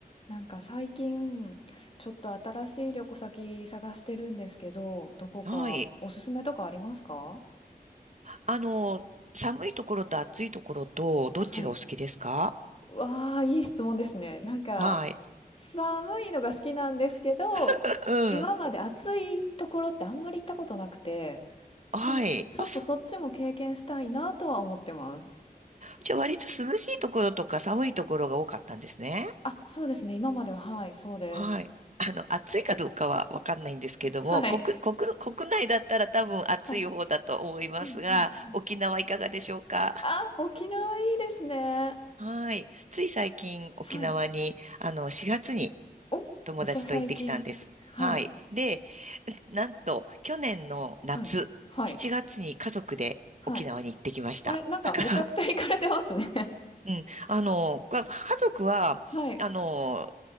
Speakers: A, on the left; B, on the right.
A: なんか最近、ちょっと新しい旅行先探してるんですけど、どこかおすすめとかありますか
B: はい。あの、寒いところと暑いところと、どっちがお好きですか
A: はい。わあ、いい質問ですね。なんか、
B: はい。
A: 寒いのが好きなんですけど、
B: <laughs> うん。
A: 今まで暑いところってあんまり行ったことなくて、
B: はい。
A: なのでちょっとそっちも経験したいなとは思ってます。
B: あ、そう。じゃあ割と涼しいところとか寒いところが多かったんですね。
A: あ、そうですね。今までは、はい、そうです。
B: はい。あの、暑いかどうかはわかんないんですけども、
A: はい。
B: 国、国、国内だったら多分暑い方だと思いますが、
A: はい。うんうんうん。
B: 沖縄いかがでしょうか
A: あ、沖縄いいですね。
B: はい。つい最近沖縄に、
A: はい。
B: あの、4月に
A: お、
B: 友達と行ってきたんです。
A: めっちゃ最近。はい。
B: はい。で、なんと、去年の夏、
A: はい。はい。
B: 7月に家族で沖縄に行ってきました。
A: はい。あれ、なんかめちゃくちゃ
B: だから、
A: <laughs> 行かれてますね。<laughs>
B: <laughs> うん、あの、か家族は、
A: はい。
B: あの、